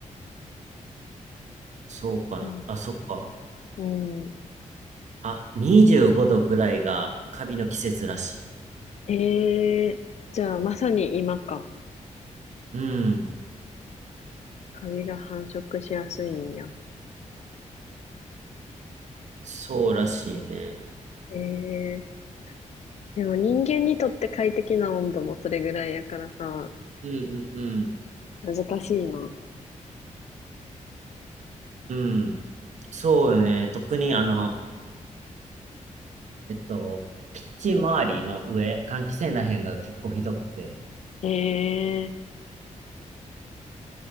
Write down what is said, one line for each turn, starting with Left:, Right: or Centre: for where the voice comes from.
Right: そうかな。
Left: うん。
Right: あ、そっか。
Left: うん。
Right: あ、25度ぐらいがカビの季節らしい。
Left: えー、じゃあまさに今か。
Right: うん。
Left: カビが繁殖しやすいんや。
Right: そうらしいね。
Left: えー、でも人間にとって快適な温度もそれぐらいやからさ、
Right: うんうん
Left: 難しいな。
Right: うん。うん。そうよね。特にあの、えっと、キッチン周りの上、換気扇らへんが結構ひどくて
Left: ええ